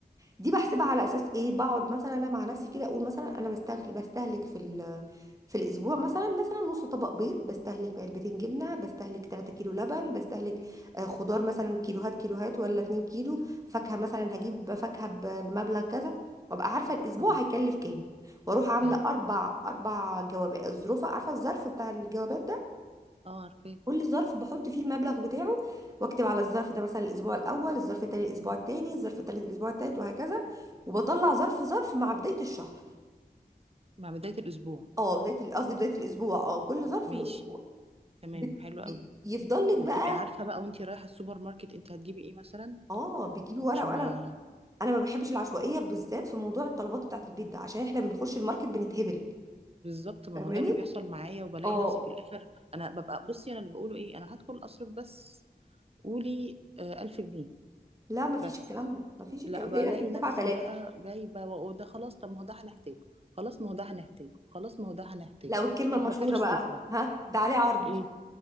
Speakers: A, on the right (about 20°); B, on the right (about 35°).
A: دي بحسبها على اساس ايه بقعد مثلا انا مع نفسي كده اقول مثلا انا بستهلك بستهلك في ال- في الاسبوع مثلا مثلا نص طبق بيض بستهلك علبتين جبنه بستهلك 3 كيلو لبن بستهلك آه، خضار مثلا كيلوهات كيلوهات ولا 2 كيلو فاكهه مثلا هجيب فاكهه ب- بمبلغ كذا وابقى عارفه الاسبوع
B: اه
A: هيكلف كام واروح عامله
B: ايوه
A: اربع اربع جوابات ظروف عارفه الظرف بتاع الجوابات ده
B: اه عارفاه
A: كل ظرف بحط فيه المبلغ بتاعه واكتب على الظرف ده مثلا الاسبوع الاول الظرف التاني الاسبوع التاني الظرف التالت الاسبوع التالت وهكذا وبطلع ظرف ظرف مع بداية الشهر
B: مع بداية الأسبوع
A: اه بداية ال- قصدي بداية الاسبوع اه كل ظرف
B: ماشي
A: له اسبوع
B: تمام
A: بت-
B: حلو
A: بي-
B: قوي
A: يفضل لك بقى
B: وبتبقي عارفة بقى وانتي رايحة السوبر ماركت انت هتجيبي ايه مثلا
A: اه بتجيبي ورقة
B: عشان
A: وقلم
B: ما
A: انا ما بحبش العشوائية بالذات في موضوع الطلبات بتاعت البيت ده عشان احنا بنخش الماركت بنتهبل
B: بالظبط ما
A: فاهماني
B: هو ده اللي بيحصل معايا وبلاقي
A: اه
B: نفسي في الاخر انا ببقى بصي انا اللي بقوله ايه انا هدخل اصرف بس قولي آه ألف جنيه
A: لا ما فيش
B: بس
A: الكلام ده ما فيش
B: لا
A: الكلام
B: بلاقي
A: ده هنا في الدفعة
B: نفسي
A: ثلاثة
B: بقى جايبه وده خلاص طب ما هو ده هنحتاجه خلاص ما هو ده هنحتاجه خلاص ما هو ده هنحتاجه
A: لا والكلمة
B: طب
A: المشهورة
B: ما فرش
A: بقى
B: سفره
A: ها ده عليه عرض
B: ايه